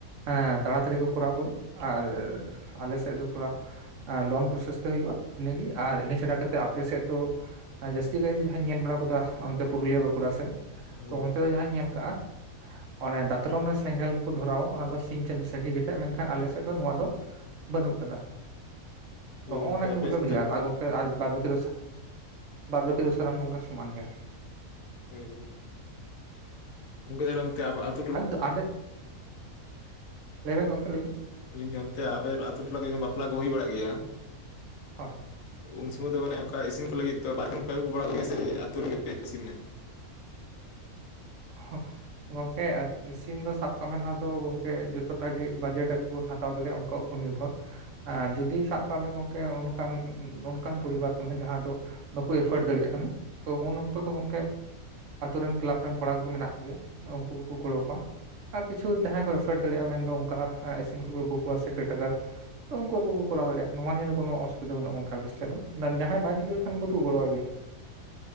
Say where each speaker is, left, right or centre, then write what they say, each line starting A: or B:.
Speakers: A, on the right (about 65°); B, on the left (about 70°).
A: ᱦᱮᱸ ᱛᱟᱲᱟᱛᱟᱲᱤ ᱠᱚ ᱠᱚᱨᱟᱣ ᱵᱚᱞᱮ ᱟᱨ ᱟᱞᱮᱥᱮᱫ ᱫᱚ ᱛᱷᱚᱲᱟ ᱞᱚᱝ ᱯᱨᱚᱥᱮᱥ ᱛᱮ ᱦᱩᱭᱩᱜᱭᱼᱟ᱾ ᱤᱱᱟᱹᱜᱮ ᱟᱨ ᱤᱱᱟᱹ ᱪᱷᱟᱰᱟ ᱠᱟᱛᱮᱜ ᱟᱯᱮ ᱥᱮᱫ ᱫᱚ ᱡᱟᱹᱥᱛᱤ ᱠᱟᱭᱛᱮ ᱡᱟᱦᱟᱸᱧ ᱧᱮᱞ ᱵᱟᱲᱟ ᱠᱟᱫᱟ ᱚᱱᱛᱮ ᱯᱩᱨᱩᱞᱤᱭᱟᱹ ᱵᱟᱸᱠᱩᱲᱟ ᱥᱮᱱ,
B: ᱦᱳᱭ
A: ᱛᱚ ᱚᱱᱛᱮ ᱫᱚ ᱡᱟᱦᱟᱸᱟᱧ ᱧᱮᱞ ᱠᱟᱜᱼᱟ ᱚᱱᱮ ᱫᱟᱛᱨᱚᱢ ᱨᱮ ᱥᱮᱸᱜᱮᱞ ᱠᱚ ᱫᱷᱚᱨᱟᱣᱟ ᱚᱱᱟ ᱫᱚ, ᱥᱤᱧ ᱪᱟᱸᱫᱳ ᱥᱟᱹᱠᱷᱤ ᱠᱟᱛᱮᱜ ᱢᱮᱱᱠᱷᱟᱱ ᱟᱞᱮ ᱥᱮᱜ ᱫᱚ ᱱᱚᱣᱟ ᱫᱚ ᱵᱟᱹᱱᱩᱜ ᱠᱟᱫᱟ,
B: ᱦᱳᱭ
A: ᱛᱚ ᱦᱚᱜᱼᱱᱟ
B: ᱜᱚᱝᱠᱮ ᱟᱯᱮ
A: ᱜᱮ ᱵᱚᱞᱮ
B: ᱥᱮᱫ ᱛᱟᱦᱚᱞᱮ
A: ᱵᱷᱟᱨ
B: ᱪᱮᱫ
A: ᱟᱜᱚᱢ ᱟᱨ ᱵᱟᱫᱽ ᱵᱟᱹᱠᱤ ᱫᱚ ᱵᱟᱫᱽ ᱵᱟᱹᱠᱤ ᱫᱚ ᱥᱟᱱᱟᱢ ᱜᱚᱢᱠᱮ ᱥᱚᱢᱟᱱ ᱜᱮᱭᱟ᱾
B: ᱦᱮᱸ ᱩᱱᱠᱟ ᱫᱷᱚᱢ ᱛᱮ <unintelligible>
A: ᱟᱞᱮ ᱫᱚ ᱟᱞᱮ <unintelligible> ᱞᱟᱹᱭᱢᱮ ᱜᱚᱢᱠᱮ ᱞᱟᱹᱭᱢᱮ
B: ᱛᱮᱦᱮᱧ ᱚᱱᱛᱮ ᱟᱯᱮ ᱟᱛᱳ ᱴᱚᱞᱟ ᱨᱮ ᱵᱟᱯᱞᱟ ᱠᱚ ᱦᱩᱭ ᱵᱟᱲᱟᱜ ᱜᱮᱭᱟ
A: ᱦᱳᱭ <unintelligible>
B: ᱩᱱ ᱥᱩᱢᱚᱭ ᱫᱚ ᱢᱟᱱᱮ ᱚᱱᱠᱟ ᱤᱥᱤᱱ ᱠᱚ ᱞᱟᱹᱜᱤᱫ ᱫᱚ ᱵᱟᱨᱦᱮ ᱠᱷᱚᱱ ᱯᱮ ᱟᱹᱜᱩ ᱵᱟᱲᱟ ᱠᱚᱣᱟ, ᱥᱮ ᱟᱹᱛᱩᱳ ᱞᱟᱹᱜᱤᱫ ᱯᱮ ᱤᱥᱤᱱᱟ
A: <unintelligible> ᱜᱚᱝᱠᱮ ᱤᱥᱤᱱ ᱫᱚ ᱥᱟᱵ ᱠᱟᱜ ᱢᱮ ᱱᱳᱣᱟ ᱫᱚ ᱜᱚᱝᱠᱮ ᱡᱚᱛᱚᱴᱟ ᱜᱮ ᱵᱟᱡᱮᱴ ᱟᱠᱚ ᱠᱚ ᱦᱟᱛᱟᱣ ᱫᱟᱲᱮᱭᱟᱜᱼᱟ ᱚᱱᱠᱟ ᱚᱱᱤᱨᱵᱷᱚᱨ ᱡᱩᱫᱤ ᱥᱟᱵ ᱠᱟᱜ ᱢᱮ ᱜᱚᱝᱠᱮ ᱚᱱᱠᱟᱱ ᱚᱱᱠᱟᱱ ᱯᱚᱨᱤᱵᱟᱨ ᱠᱟᱱᱟ ᱡᱟᱦᱟᱸ ᱫᱚ ᱵᱟᱠᱚ ᱮᱯᱷᱳᱴ ᱫᱟᱲᱮᱭᱟᱜ ᱠᱟᱱᱟ ᱛᱚ ᱩᱱ ᱚᱠᱛᱚ ᱫᱚ ᱜᱚᱝᱠᱮ ᱟᱛᱳ ᱨᱮᱱ ᱠᱮᱞᱟᱵᱽ ᱨᱮᱱ ᱠᱚᱲᱟ ᱠᱚᱠᱚ ᱢᱮᱱᱟᱜ ᱠᱚᱜᱮᱭᱟ ᱩᱱᱠᱩ ᱠᱚᱠᱚ ᱜᱚᱲᱚ ᱠᱚᱣᱟ ᱾ ᱟᱨ ᱠᱤᱪᱷᱩ ᱡᱟᱦᱟᱸᱭ ᱠᱚ ᱮᱯᱷᱳᱨᱴ ᱫᱟᱲᱮᱭᱟᱜᱼᱟ, ᱢᱮᱱᱫᱚ ᱚᱱᱠᱟᱼᱟ, ᱤᱥᱤᱱ ᱠᱚ ᱟᱹᱜᱩ ᱠᱚᱣᱟ ᱥᱮ ᱠᱮᱴᱠᱟᱨ ᱛᱚ ᱩᱱᱠᱩ ᱟᱠᱚ ᱠᱚᱨᱟᱣ ᱫᱟᱲᱮᱭᱟᱜᱼᱟ ᱱᱚᱣᱟ ᱱᱤᱭᱟᱹ ᱫᱚ ᱠᱚᱱᱳ ᱚᱥᱩᱵᱤᱫᱟ ᱵᱟᱹᱱᱩᱜᱼᱟ ᱜᱚᱢᱠᱮ ᱟᱞᱮᱴᱷᱮ ᱫᱚ ᱡᱟᱦᱟᱸᱭ ᱵᱟᱭ ᱫᱟᱲᱮᱭᱟᱜ ᱠᱷᱟᱱ ᱩᱱᱠᱚ ᱜᱚᱲᱚ ᱟ ᱜᱮᱭᱟ